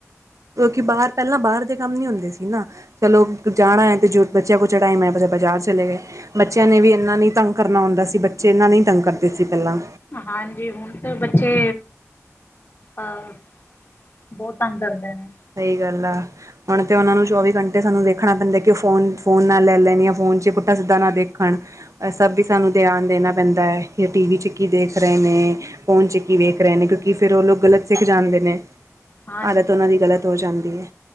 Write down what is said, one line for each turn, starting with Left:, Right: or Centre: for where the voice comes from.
Right: ਕਿਉਂਕਿ ਬਾਹਰ ਪਹਿਲਾਂ ਬਾਹਰ ਦੇ ਕੰਮ ਨੀ ਹੁੰਦੇ ਸੀ ਨਾ, ਚਲੋ ਜਾਣਾ ਹੈ ਅਤੇ ਜੋ ਬੱਚਾ ਕੁੱਚਾ ਟਾਈਮ ਹੈ, ਬਸ ਬਾਜ਼ਾਰ ਚਲੇ ਗਏ। ਬੱਚਿਆਂ ਨੇ ਵੀ ਇਨਾ ਨਹੀਂ ਤੰਗ ਕਰਨਾ ਹੁੰਦਾ ਸੀ, ਬੱਚੇ ਇਹਨਾ ਨਹੀਂ ਤੰਗ ਕਰਦੇ ਸੀ ਪਹਿਲਾਂ
Left: ਹਾਂਜੀ ਹੁਣ ਤੇ ਬੱਚੇ, ਅ ਬਹੁਤ ਤੰਗ ਕਰਦੇ ਨੇ
Right: ਸਹੀ ਗੱਲ ਹੁਣ ਤੇ ਉਹਨਾਂ ਨੂੰ ਚੌਵੀ ਘੰਟੇ ਸਾਨੂੰ ਦੇਖਣਾ ਪੈਂਦਾ, ਕਿ ਉਹ ਫੋਨ ਫੋ ਨਾ ਲੈ ਲੈਣ ਜਾਂ ਫੋਨ ਚ ਪੁੱਠਾ ਸਿੱਧਾ ਨਾ ਦੇਖਣ ਸਭ ਵੀ ਸਾਨੂੰ ਧਿਆਨ ਦੇਣਾ ਪੈਂਦਾ ਹੈ, ਜਾਂ ਟੀ ਵੀ 'ਚ ਕੀ ਦੇਖ ਰਹੇ ਨੇ। ਫੋਨ ਚ ਕੀ ਵੇਖ ਰਹੇ ਨੇ, ਕਿਉਂਕਿ ਫਿਰ ਉਹ ਲੋਕ ਗਲਤ ਸਿੱਖ ਜਾਂਦੇ ਨੇ।
Left: ਹਾਂਜੀ
Right: ਆਦਤ ਉਹਨਾਂ ਦੀ ਗ਼ਲਤ ਹੋ ਜਾਂਦੀ ਹੈ।